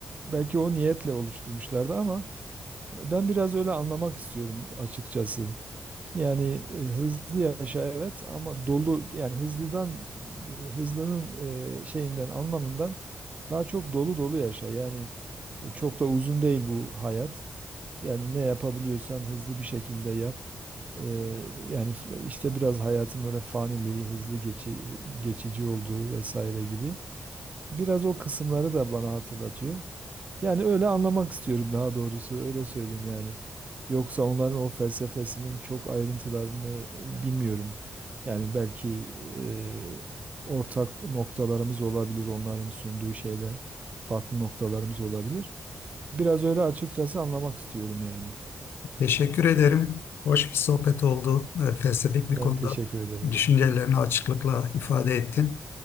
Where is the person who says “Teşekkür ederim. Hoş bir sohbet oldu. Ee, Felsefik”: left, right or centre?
Left